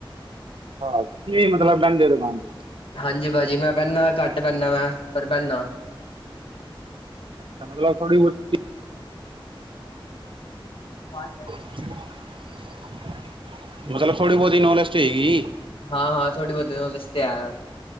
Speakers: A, on the right; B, on the left.
A: ਹਾਂਜੀ ਤੁਸੀਂ ਵੀ ਮਤਲਬ ਬਹਿੰਦੇ ਹੋ ਦੁਕਾਨ ਤੇ?
B: ਹਾਂਜੀ ਭਾਜੀ ਮੈਂ ਬਹਿੰਨਾ, ਘੱਟ ਬਹਿੰਨਾ ਮੈਂ, ਪਰ ਬਹਿੰਨਾ
A: ਅੱਛਾ ਮਤਲਬ ਥੋੜੀ ਬਹੁਤੀ
B: ਹਾਂਜੀ, ਹਾਂਜੀ।
A: <unintelligible> ਮਤਲਬ ਥੋੜ੍ਹੀ ਬਹੁਤੀ ਨੌਲੇਜ ਤੇ ਹੈਗੀ।
B: ਹਾਂ ਹਾਂ ਥੋੜੀ ਬਹੁਤੀ ਨੌਲੇਜ ਤੇ ਹੈ